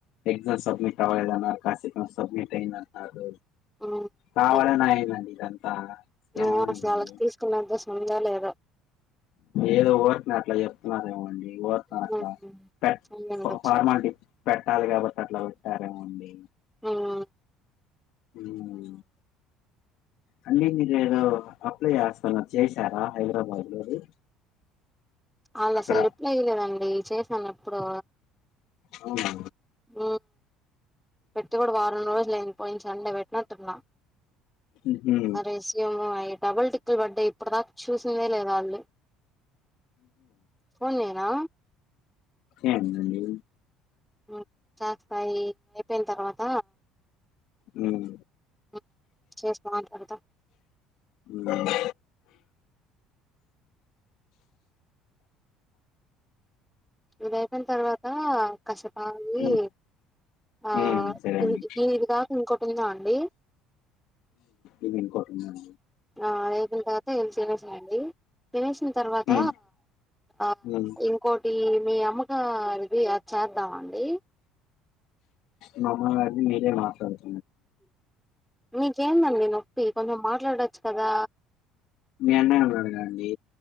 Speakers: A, on the left; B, in the centre.
A: ఎగ్జామ్ సబ్మిట్ అవలేదు అన్నారు కాసపు సబ్మిట్ అయింది అన్నారు
B: హ్మ్.
A: కావాలని
B: అదే.
A: అయింది ఆండి ఇదంతా స్కామ్
B: ఏమో
A: అయింది
B: అసలు ఆళ్ళకి తీసుకున్నంత ఉందో లేదో
A: ఏదో వర్క్ నా అట్లా చెప్ప నాదేమండి కోట్ల
B: హ్మ్
A: ఆస్తి
B: అయ్యుండొచ్చు
A: ఫార్మాలిటీ పెట్టాలి కాబట్టి అట్లా పెట్టారేమో అండి
B: ఉమ్
A: హమ్ అండి మీరేదో అప్లై చేస్తన్నారు చేశారా హైదరాబాద్ లోది
B: వాళ్ళు
A: అక్కడ
B: అసల్ రిప్లై ఇయలేదండి చేశాను ఎప్పుడో
A: అవునా
B: ఉమ్ పెట్టి గుడ వారం రోజులు అయింది పోయిన సండే పెట్టినట్టున్నా
A: మ్హూ
B: అ రెస్యూము అయి డబుల్ టిక్కులు బడై ఇప్పటి దాకా చూసిందే లేద వాళ్ళు ఫోన్ చేయనా
A: ఎందండి
B: ఉమ్ చేస్తాయి అయిపోయిన తర్వాత
A: మ్మ్
B: హ్మ్, చేసి మాట్లాడతా
A: మ్మ్
B: ఇదయిపయిన తర్వాత కషేపాగి
A: మ్మ్
B: ఆ
A: మ్మ్ సరే
B: ఇన్
A: అండి
B: ఇ ఇదిగా ఇంకోటి ఉందా అండి
A: ఊ ఇంకోటి ఉందా అండి
B: ఆ అదయి పోయిన తర్వాత ఏం చేసేసి రా అండి తినేసిన తర్వాత
A: మ్మ్
B: ఆ
A: మ్మ్
B: ఇంకోటి మీ అమ్మగ ఇది అ చేద్దామండి
A: మా అమ్మ గారిది మీరే మాట్లాడండి
B: మీకేందండి నొప్పి కొంచెం మాట్లాడొచ్చు కదా
A: మీ అన్నయ్య ఉన్నాడుగా అండి